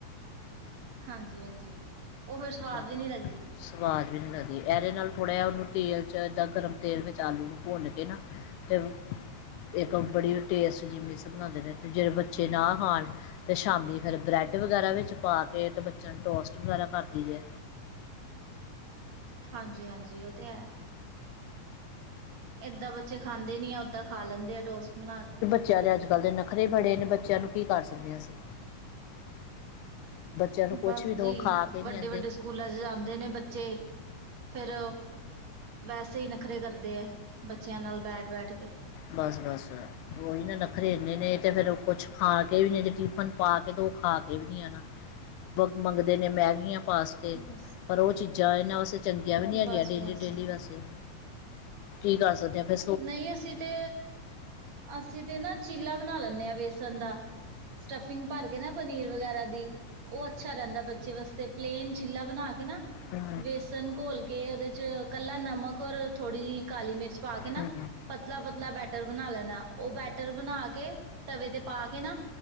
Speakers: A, on the right; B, on the left.
A: ਹਾਂਜੀ-ਹਾਂਜੀ, ਓ ਫੇਰ ਸਵਾਦ
B: ਹਾਂ
A: ਵੀ ਨੀਂ ਰੈਂਦੀ।
B: ਸਵਾਦ ਵੀ ਨੀਂ ਲੱਗਦੀ ਏਦੇ ਨਾਲ ਥੋੜ੍ਹਾ ਜੇਆ ਓਨੂੰ ਤੇਲ 'ਚ ਏਦਾਂ ਗਰਮ ਤੇਲ ਵਿੱਚ ਆਲੂ ਨੂੰ ਪੋਂਨ ਕੇ ਨਾ ਤੇ ਏਕ ਬੜੀ ਟੇਸਟ ਜੀ ਮਿੱਸ ਬਣਾਦੇ ਨੇ ਤੇ ਜੇੜੇ ਬੱਚੇ ਨਾ ਖਾਣ ਤੇ ਸ਼ਾਮੀ ਫੇਰ ਬ੍ਰੈਡ ਵਗੈਰਾ ਵਿੱਚ ਪਾਤੇ ਤੇ ਬੱਚੇਆਂ ਨੂੰ ਟੋਸਟ ਵਗੈਰਾ ਕਰ ਠੀਕੈ।
A: ਹਾਂਜੀ-ਹਾਂਜੀ, ਓ ਤੇ ਐ। ਏਦਾਂ ਬੱਚੇ ਖਾਂਦੇ ਨੀ ਆ ਓਦਾਂ ਖਾ ਲੈਂਦੇ ਆ ਟੋਸਟ ਬਨਾ ਕੇ।
B: ਬੱਚੇਆਂ ਦੇ ਅੱਜ-ਕੱਲ ਦੇ ਨਖਰੇ ਬੜੇ ਨੇ ਬੱਚੇਆਂ ਨੂੰ ਕੀ ਕਰ ਸਕਦੇ ਅਸੀ। ਬੱਚਿਆਂ ਨੂੰ ਕੁਛ
A: ਬਸ
B: ਵੀ ਦਿਓ
A: ਜੀ,
B: ਖਾ ਕੇ
A: ਵੱਡੇ-ਵੱਡੇ
B: ਨਹੀਂ ਆਉਂਦੇ
A: ਸਕੂਲ ਸਕੂਲਾਂ ਚ ਜਾਂਦੇ ਨੇ ਬੱਚੇ ਫੇਰ, ਵੈਸੇ ਈ ਨਖਰੇ ਕਰਦੇ ਐ। ਬੱਚੇਆਂ ਨਾਲ ਬੈਠ-ਬੈਠ ਕੇ।
B: ਬਸ-ਬਸ। ਓਹੀ ਨਾ ਨੱਖਰੇ ਏਨੇ ਨੇ ਤੇ ਫੇਰ ਕੁਛ ਖਾਕੇ ਵੀ ਟਿਫਨ ਪਾਕੇ ਤੇ ਦੋ, ਓ ਖਾ ਕੇ ਵੀ ਨੀ ਆਨਾ। ਬ ਮੰਗਦੇ ਨੇ ਮੈਗੀਆਂ ਪਾਸਤੇ
A: ਬਸ
B: ਪਰ ਓ ਚੀਜ਼ਾਂ ਇਹਨਾਂ ਵਾਸਤੇ ਚੰਗੀਆਂ ਵੀ ਨੀਂ ਹੈਗੀਆਂ
A: ਬਸ-ਬਸ
B: ਡੇਲੀ-ਡੇਲੀ ਵੈਸੇ। ਕੀ ਕਰ ਸਕਦੇ ਆਂ ਫੇਰ
A: ਨਈਂ ਅਸੀਂ ਤੇ, ਅਸੀ ਤੇ ਨਾ ਚੀਲਾ ਬਨਾ ਲੈਂਨੇ ਆਂ ਬੇਸਨ ਦਾ। ਸਟਫਿੰਗ ਭਰ ਕੇ ਨਾ ਪਨੀਰ ਵਗੈਰਾ ਦੀ। ਓ ਅੱਛਾ ਰੈਂਦਾ ਬੱਚੇ ਵਾਸਤੇ ਪਲੇਨ ਚੀਲਾ ਬਣਾ ਕੇ ਨਾ
B: ਹੂੰ
A: ਬੇਸਣ ਘੋਲ ਕੇ ਓਦੇ ਚ ਕੱਲਾ ਨਮਕ ਔਰ ਥੋੜ੍ਹੀ ਜੀ ਕਾਲੀ ਮਿਰਚ ਪਾਕੇ
B: ਹੂੰ
A: ਪਤਲਾ-ਪਤਲਾ ਬੈਟਰ ਬਨਾ ਲੈਣਾ, ਓ ਬੈਟਰ ਬਨਾ ਕੇ ਤਵੇ ਤੇ ਪਾਕੇ ਨਾ